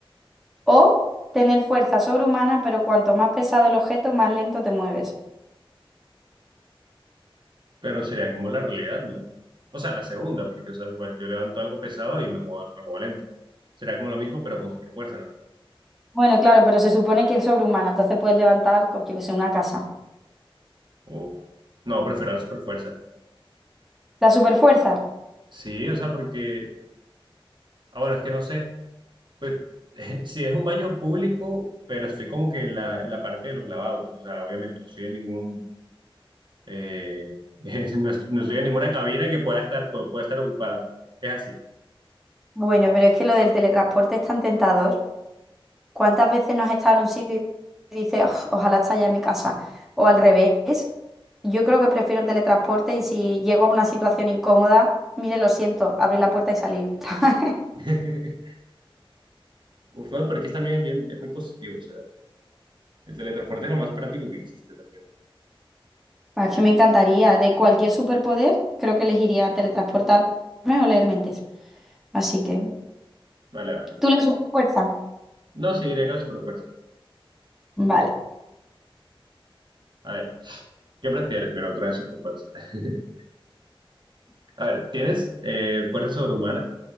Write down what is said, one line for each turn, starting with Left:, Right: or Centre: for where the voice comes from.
Centre: ¿O tener fuerza sobrehumana, pero cuanto más pesado el objeto, más lento te mueves?
Right: Pero sería como la realidad, ¿no? O sea, la segunda, porque, o sea, igual yo levanto algo pesado y me muevo, me muevo lento. Será como lo mismo, pero con super fuerza, ¿no?
Centre: Bueno, claro, pero se supone que es sobrehumana, entonces puedes levantar, co- yo que sé, una casa.
Right: Uf. No, prefiero la super fuerza.
Centre: ¿La superfuerza?
Right: Sí, o sea, porque, ahora es que no sé, pues, <laughs> si es un baño público, pero estoy como que en la, en la parte de los lavabos, o sea, obviamente no estoy en ningún, eh, <laughs> no, est- no estoy en ninguna cabina que pueda estar, pu- pueda estar ocupada. Es así.
Centre: Bueno, pero es que lo del teletransporte es tan tentador. ¿Cuántas veces no has estado en un sitio y dices, "Uf, ojalá esté ya en mi casa? O al revés. Yo creo que prefiero el teletransporte y si llego a una situación incómoda, mire, lo siento, abrir la puerta y salir. <laughs>
Right: <laughs> Uf, bueno, pero aquí también es bien, es muy positivo, o sea, el teletransporte es lo más práctico que existe también.
Centre: Ah, Es que me encantaría. De cualquier superpoder, creo que elegiría teletransportarme o leer mentes. Así que,
Right: Vale, vale.
Centre: ¿tú le sumas fuerza?
Right: No, seguiría con que la superfuerza.
Centre: Vale.
Right: A ver, ¿qué prefieres? Mira, otra vez superfuerza. <laughs> A ver, tienes eh, fuerza sobrehumana,